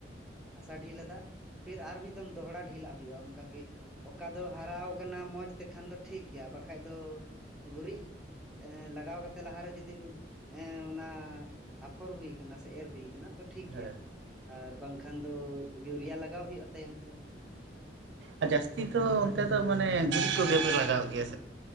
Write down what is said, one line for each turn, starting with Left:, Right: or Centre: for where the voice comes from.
Centre: ᱦᱟᱥᱟ ᱰᱷᱤᱞ ᱞᱟᱫᱟ ᱯᱷᱤᱨ ᱟᱨ ᱢᱤᱜᱫᱷᱚᱢ ᱫᱚᱦᱲᱟ ᱰᱷᱤᱞ ᱞᱟᱜ ᱦᱩᱭᱩᱜᱼᱟ ᱚᱝᱠᱟ ᱜᱮ ᱚᱠᱟ ᱫᱚ ᱦᱟᱨᱟᱣ ᱠᱟᱱᱟ ᱢᱚᱡᱽ ᱛᱮᱠᱷᱟᱱ ᱫᱚ ᱴᱷᱤᱠ ᱜᱮᱭᱟ ᱵᱟᱠᱷᱟᱡ ᱫᱚ ᱜᱩᱨᱤᱡ ᱦᱮᱸ ᱞᱟᱠ ᱞᱟᱜᱟᱣ ᱠᱟᱛᱮ ᱞᱟᱦᱟᱨᱮ ᱡᱩᱫᱤ ᱜᱩ ᱮᱸ ᱚᱱᱟ ᱟᱯᱷᱚᱨ ᱦᱩᱭ ᱠᱟᱱᱟ ᱥᱮ ᱮᱨ ᱦᱩᱭ ᱠᱟᱱᱟ ᱛᱚ ᱴᱷᱤᱠ
Right: ᱦᱮᱸ
Centre: ᱜᱮᱭᱟ ᱟᱨ ᱵᱟᱝᱠᱷᱟᱱ ᱫᱚ ᱭᱩᱨᱤᱭᱟ ᱞᱟᱜᱟᱣ ᱦᱩᱭᱩᱜᱼᱟ ᱛᱟᱭᱚᱢ ᱛᱮ
Right: ᱟ ᱡᱟᱥᱛᱤ ᱫᱚ ᱚᱱᱛᱮ ᱫᱚ ᱢᱟᱱᱮ ᱜᱩᱨᱤᱡ ᱠᱩᱜᱮ ᱯᱮ ᱞᱟᱜᱟᱣ ᱜᱮᱭᱟ